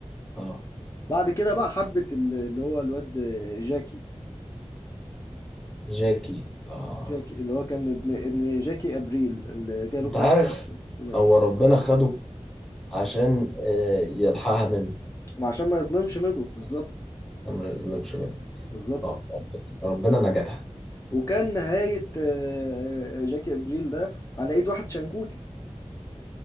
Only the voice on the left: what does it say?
بعد كده بقى حبت ال- اللي هو الواد آه، جاكي
جاكي اللي هو كان ابن ابن جاكي ابريل اللي جاله
كانسر
ومات
وعشان ما يظلمش ميدو بالظبط
بالظبط
وكان نهاية آه، آه، جاكي ابريل ده على ايد واحد شنكوتي